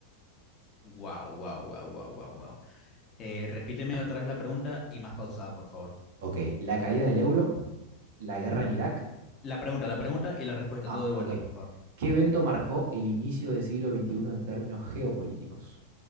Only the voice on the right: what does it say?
Ok, la caída del euro, la guerra en Irak.
Ah,
ok.
¿Qué evento marcó el inicio del siglo XXI en términos geopolíticos?